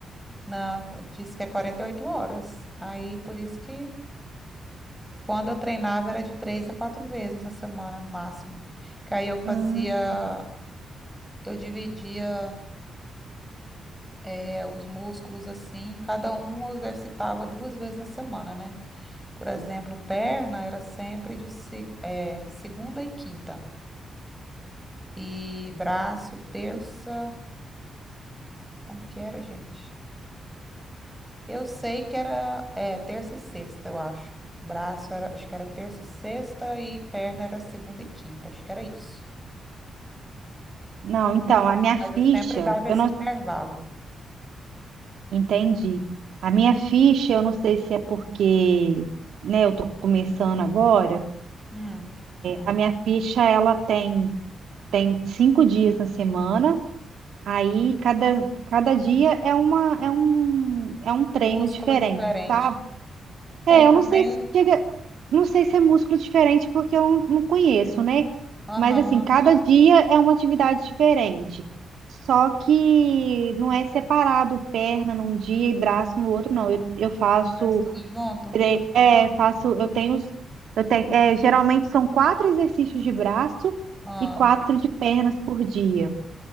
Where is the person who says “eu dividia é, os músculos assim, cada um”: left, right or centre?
Centre